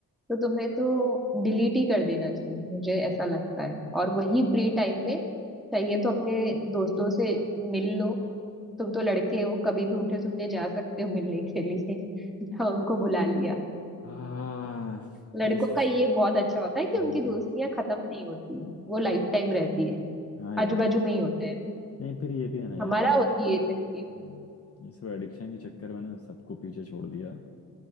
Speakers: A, in the centre; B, on the left.
A: तो तुम्हें तो डिलीट ही कर देना चाहिए मुझे ऐसा लगता है और वही फ्री टाइम में चाहिए तो अपने दोस्तों से मिल लो तुम तो लड़के हो कभी भी उठे सुठे जा सकते हो मिलने के लिए <laughs> या उनको बुला लिया <laughs>
B: हाँ
A: लड़कों
B: इस
A: का ये बहुत अच्छा होता है कि
B: हम्म,
A: उनकी दोस्तियां खत्म नहीं होती वो लाइफ टाइम रहती है
B: हाँ यार
A: आजू बाजू में ही होते हैं
B: नहीं फिर ये भी है ना यार
A: हमारा होती है तकलीफ
B: हम्म, इस एडिक्शन के चक्कर में ना सबको पीछे छोड़ दिया